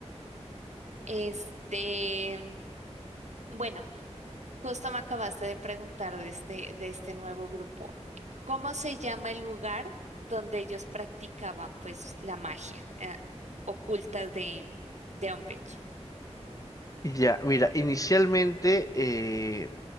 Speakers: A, on the right; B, on the left.
A: Este, bueno. Justo me acabaste de preguntar de este, de este nuevo grupo. ¿Cómo se llama el lugar donde ellos practicaban pues la magia eh, ocultas de, de Umbridge?
B: Ya, mira, inicialmente eh,